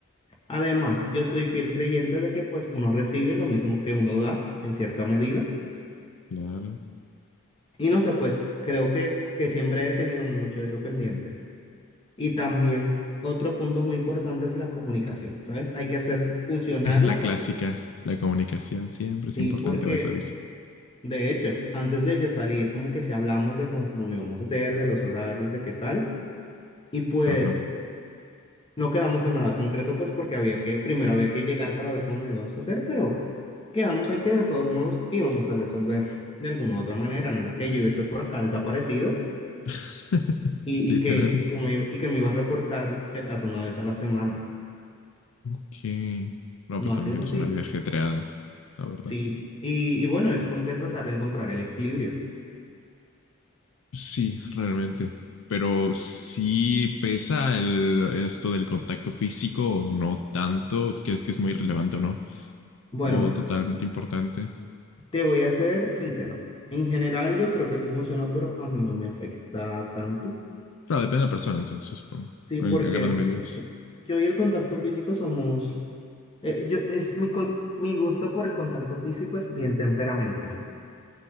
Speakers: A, on the left (about 25°); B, on the left (about 75°).
A: Además, yo soy fiel creyente de que pues uno recibe lo mismo que uno da en cierta medida.
B: Claro.
A: Y no sé, pues creo que, que siempre he tenido mucho eso pendiente. Y también otro punto muy importante es la comunicación, ¿sabes? Hay que hacer funcionar
B: <laughs> La
A: la comunicación.
B: clásica, la comunicación siempre es
A: Sí,
B: importante,
A: porque
B: o eso dice.
A: de hecho, antes de yo salir, como que si hablamos de cómo lo íbamos a hacer, de los horarios, de qué tal. Y pues
B: Ajá.
A: No quedamos en nada concreto, pues porque había que, primero había que llegar para ver cómo lo íbamos a hacer, pero quedamos en que de todos modos íbamos a resolver de alguna u otra manera. No era que yo iba a estar por acá desaparecido
B: <laughs>
A: y,
B: Literal.
A: y que, y que me, y que me iba a reportar si acaso una vez a la semana.
B: Ok. No,
A: No
B: pues también
A: ha sido
B: tienes
A: así,
B: una vida ajetreada, la verdad.
A: sí. Y, y bueno, es como que tratar de encontrar el equilibrio.
B: Sí, realmente. Pero sí pesa el, esto del contacto físico o no tanto. ¿Crees que es muy relevante o no?
A: Bueno,
B: O totalmente importante.
A: te voy a ser sincero. En general yo creo que sí funciona, pero a mí no me afecta tanto.
B: Claro, depende de la persona, entonces, supongo.
A: Sí,
B: En,
A: porque
B: en grandes medidas.
A: yo y el contacto físico somos Eh, yo, es mi, con- mi gusto por el contacto físico es bien temperamental.